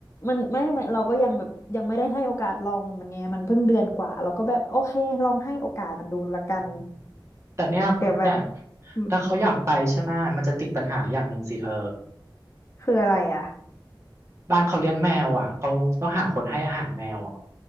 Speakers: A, on the left; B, on the right.
A: มันไม่ไม่เราก็ยังแบบยังไม่ได้ให้โอกาสลองมันไงมันเพิ่งเดือนกว่าเราก็แบบโอเคลองให้โอกาสมันดูละกัน
B: อืมแต่เนี่ยผมเนี่ย
A: เดี๋ยวแบบอืม
B: ถ้าเขาอยากไปใช่ไหมยมันจะติดปัญหาอย่างหนึ่งสิเธอ
A: คืออะไรอ่ะ
B: บ้านเขาเลี้ยงแมวอ่ะเขาต้องหาคนให้อาหารแมวอ่ะ